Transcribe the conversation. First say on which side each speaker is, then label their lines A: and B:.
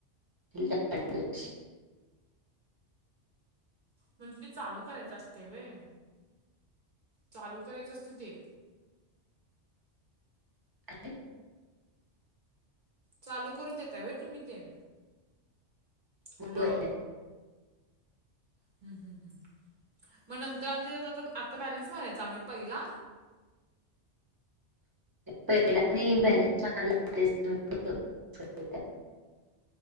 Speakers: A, on the right; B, on the right.
A: <unintelligible>
B: म्हणजे ते चालू करायचं असते व्हय, चालू करायच असते ते?
A: काय?
B: चालू करून देताय होय तूम्ही ते? हॅलो
A: होय.
B: हम्म हम्म हम्म, मग नंतर आम्ही त्याच्यात आता आता बॅलन्स मारायचा आम्ही पहिला?
A: पहिला आणि बॅलस टाकावं लागत.